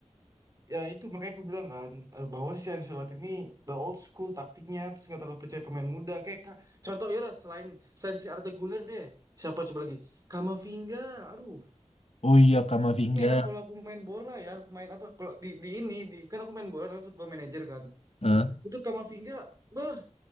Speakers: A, on the right (about 30°); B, on the left (about 60°).
A: Ya itu makanya aku bilang kan eh, bahwa si Ancelotti ini the old school taktiknya terus nggak terlalu percaya pemain muda kayak Ka- contoh ya lah, selain selain si Arda Güler deh siapa coba lagi Kamavinga aduh
B: Oh iya Kamavinga.
A: ini ya kalau aku main bola ya main apa kalau di di ini di kan aku main bola namanya Football Manager kan
B: Eh,
A: itu Kamavinga beh